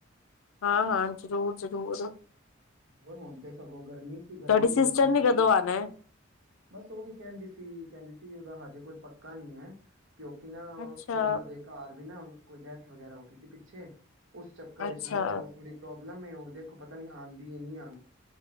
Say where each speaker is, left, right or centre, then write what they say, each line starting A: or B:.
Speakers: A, on the left; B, on the right.
A: ਹਾਂ- ਹਾਂ, ਜ਼ਰੂਰ -ਜ਼ਰੂਰ
B: ਉਹ ਹੁਣ ਤੇ ਸਗੋਂ ਗਰਮੀ ਸੀ ਗਰਮੀ
A: ਤੁਹਾਡੀ
B: ਦੀ
A: ਸਿਸਟਰ
B: ਵਜ੍ਹਾ ਤਾਂ ਮੈਂ
A: ਨੇ
B: ਸੀ।
A: ਕਦੋਂ ਆਣਾ ਹੈ
B: ਬਸ ਉਹ ਵੀ ਕਹਿੰਦੀ ਸੀ ਕਹਿੰਦੀ ਸੀ ਉਹਦਾ ਹਜੇ ਕੁੱਝ ਪੱਕਾ ਨਹੀਂ ਹੈ। ਕਿਉਂਕਿ ਨਾ ਉਹ
A: ਅੱਛਾ
B: ਥੋੜੀ ਉਹਦੇ ਘਰ ਵੀ ਨਾ ਕੋਈ ਡੈਥ ਵਗੈਰਾ ਹੋ ਗਈ। ਪਿੱਛੇ, ਉਸ ਚੱਕਰ
A: ਅੱਛਾ
B: ਚ ਨਾ ਉਹ ਬੜੀ ਪ੍ਰੋਬਲਮ ਹੈ। ਦੇਖੋ ਪਤਾ ਨਹੀ ਆਂਦਾ। ਯੇ ਨਹੀ ਆ।